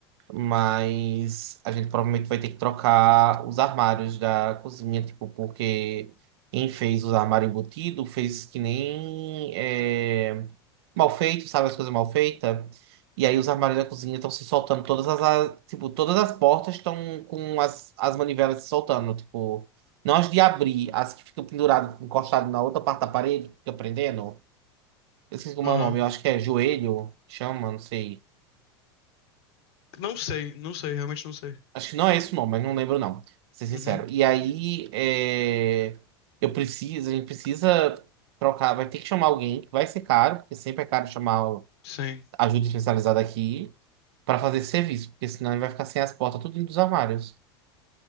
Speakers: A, on the right; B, on the left.
A: Mas a gente provavelmente vai ter que trocar os armários da cozinha, tipo, porque quem fez os armários embutidos fez que nem é, mal feito, sabe, as coisas mal feitas. E aí os armários da cozinha estão se soltando, todas as, a- tipo, todas as portas estão com as, as manivelas se soltando, tipo, não as de abrir, as que ficam penduradas, encostadas na outra parte da parede, que fica prendendo. Eu esqueci como
B: aham.
A: é o nome, eu acho que é joelho, chama, não sei.
B: Não sei, não sei, realmente não sei.
A: Acho que não é esse o nome, mas não lembro, não. Pra ser sincero.
B: Uhum,
A: E aí, é, eu preciso, a gente precisa trocar. Vai ter que chamar alguém, que vai ser caro, porque sempre é caro chamar o-
B: sim.
A: ajuda especializada aqui, pra fazer esse serviço, porque senão ele vai ficar sem as portas, tudo indo dos armários.